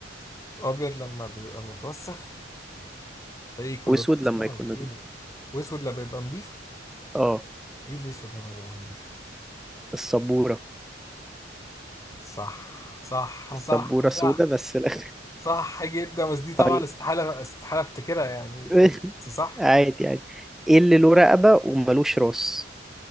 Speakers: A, on the left; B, in the centre.
A: ابيض لما بيبقى متوسخ تلاقيه كله
B: واسود
A: رقص
B: لما
A: ده
B: يكون
A: ولا ايه
B: نظيف
A: ده واسود لما يبقى نضيف
B: اه
A: ايه الاسود لما يبقى نضيف
B: السبورة
A: صح صح
B: السبورة
A: صح صح
B: سودة بس لا
A: صح جدا بس دي طبعا
B: <laughs> طيب
A: استحاله استحاله افتكرها يعني
B: <laughs>
A: بس صح
B: عادي عادي ايه اللي له رقبة وملوش راس